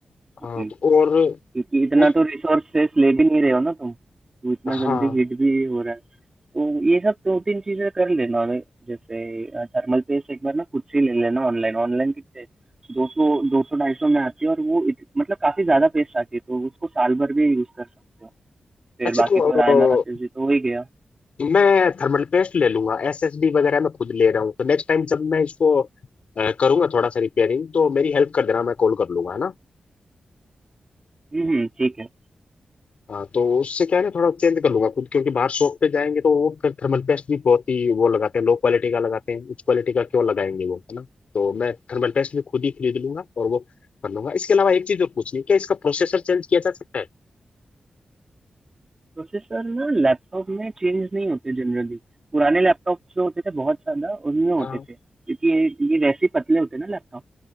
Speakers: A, on the right (about 25°); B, on the left (about 60°).
A: उतनी
B: हाँ तो और
A: क्योंकि इतना
B: उस
A: तो रिसोर्सेस ले भी नहीं रहे हो ना तुम तो इतना
B: हाँ
A: जल्दी हीट भी हो रहा है तो ये सब दो तीन चीज़ें कर लेना और जैसे थर्मल पेस्ट एक बार ना खुद से ही ले लेना ऑनलाइन ऑनलाइन कितने दो सौ दो सौ ढाई सौ में आती है और वो इत, मतलब काफ़ी ज़्यादा पेस्ट आती है तो उसको साल भर भी यूज़ कर सकते हो फिर
B: अच्छा
A: बाकी
B: तो
A: तो रायना
B: अ,
A: और आशीष जी तो हो ही गया
B: मैं थर्मल पेस्ट ले लूंगा एसएसडी वगैरह मैं खुद ले रहा हूँ तो नेक्स्ट टाइम जब मैं इसको अ, करूंगा थोड़ा सा रिपेयरिंग तो मेरी हेल्प कर देना मैं कॉल कर लूंगा है ना
A: हम्म हम्म, ठीक है
B: हाँ तो उससे क्या है ना थोड़ा चेंज कर लूंगा खुद क्योंकि बाहर शॉप पे जाएंगे तो वो थर्मल पेस्ट भी बहुत ही वो लगाते हैं लो क्वालिटी का लगाते हैं उच्च क्वालिटी का क्यों लगाएंगे वो है ना तो मैं थर्मल पेस्ट भी खुद ही खरीद लूंगा और वो कर लूंगा इसके अलावा एक चीज और पूछनी है, क्या इसका प्रोसेसर चेंज किया जा सकता
A: प्रोसेसर ना लैपटॉप में चेंज नहीं होते जनरली पुराने लैपटॉप जो होते थे बहुत ज़्यादा उनमें होते
B: है
A: थे क्योंकि ये ये वैसे ही पतले होते हैं ना लैपटॉप